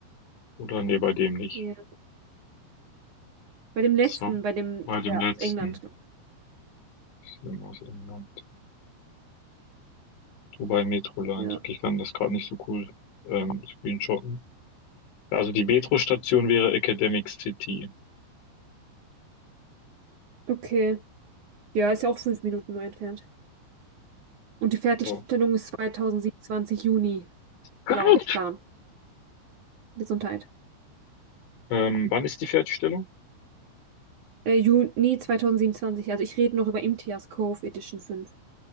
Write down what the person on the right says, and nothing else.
ja, bei dem letzten,
bei dem,
ja,
aus England.
Ja,
okay. Ja, ist ja auch fünf Minuten nur entfernt. Und die Fertigstellung
ist 2027 Juni,
laut Plan. Gesundheit.
Äh, Juni 2027. Also ich rede noch über Imtiaz Cove Edition fünf.